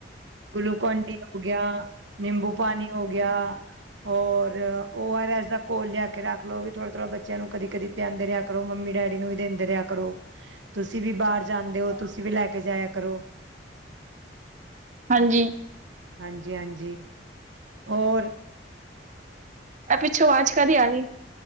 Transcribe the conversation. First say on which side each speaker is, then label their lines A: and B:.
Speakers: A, on the right; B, on the right.
A: ਗੁਲੂਕੋਨ ਡੀ ਹੋ ਗਿਆ, ਨਿੰਬੂ ਪਾਣੀ ਹੋ ਗਿਆ ਔਰ ਓ ਆਰ ਐਸ ਦਾ ਘੋਲ ਲਿਆ ਕੇ ਰੱਖ ਲੋ, ਓਵੀ ਥੋੜਾ- ਥੋੜਾ ਬੱਚਿਆਂ ਨੂੰ ਕਦੀ ਕ-ਦੀ ਪਿਆਂਦੇ ਰਿਹਾ ਕਰੋ, ਮੰਮੀ ਡੈਡੀ ਨੂੰ ਵੀ ਦਿੰਦੇ ਰਿਹਾ ਕਰੋ ਤੁਸੀਂ ਵੀ ਬਾਹਰ ਜਾਂਦੇ ਹੋ, ਤੁਸੀਂ ਵੀ ਲੈ ਕੇ ਜਾਇਆ ਕਰੋ।
B: ਹਾਂਜੀ।
A: ਹਾਂਜੀ ਹਾਂਜੀ। ਓਰ
B: ਆ ਪਿੱਛੋਂ ਆਵਾਜ਼ ਕਾਦੀ ਆ ਰੀ।